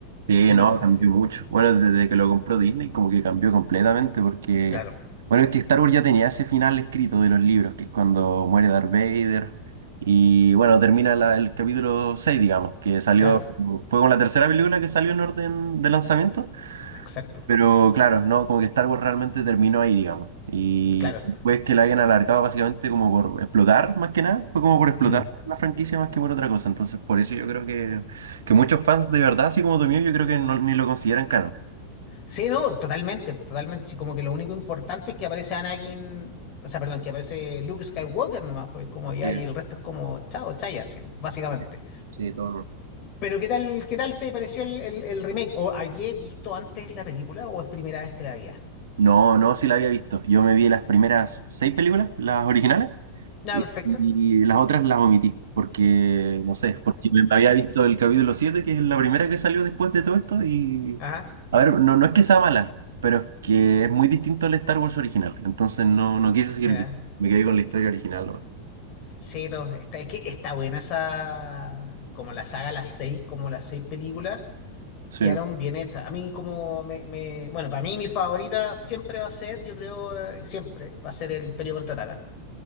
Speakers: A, on the right (about 60°); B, on the left (about 40°).
A: Sí,
B: una
A: no,
B: cosa
A: cambió
B: así.
A: mucho. Bueno, desde que lo compró Disney como que cambió completamente porque,
B: Claro,
A: bueno, es que Star Wars ya tenía ese final escrito de los libros, que es cuando muere Darth Vader y, bueno, termina la- el capítulo 6, digamos, que salió,
B: claro,
A: fue con la tercera película que salió en orden de lanzamiento.
B: exacto.
A: Pero claro, no, como que Star Wars realmente terminó ahí, digamos. Y
B: Claro.
A: después que la hayan alargado básicamente como por explotar, más que nada, fue como por explotar
B: Mm.
A: la franquicia más que por otra cosa. Entonces, por eso yo creo que, que muchos fans de verdad, así como tú mío, yo creo que no- ni lo consideran canon.
B: Sí, no, totalmente, pues totalmente. Sí, como que lo único importante es que aparece Anakin, o sea, perdón, que aparece Luke Skywalker nomás, pues como ya,
A: Sí,
B: y el resto es como, chao, chaya, así, básicamente.
A: sí, sí, todo. mal.
B: Pero ¿qué tal, qué tal te pareció el, el- el remake? ¿O habías visto antes la película o es primera vez que la veías?
A: No, no, sí la había visto. Yo me vi las primeras seis películas, las originales,
B: Ah,
A: Y,
B: perfecto.
A: y las otras las omití, porque, no sé, porque me había visto el capítulo 7 que es la primera que salió después de todo esto, y,
B: Ajá,
A: a ver, no, no es que sea mala, pero es que es muy distinto al Star Wars original, entonces no, no quise seguir
B: mira.
A: viendo, me quedé con la historia original. ¿no?
B: Sí, no, está, es que está buena esa, como la saga, las seis, como las seis películas.
A: Sí,
B: quedaron bien hechas. A mí como me, me- Bueno, para mí mi favorita siempre va a ser, yo creo, eh, siempre, va a ser el Imperio Contraataca.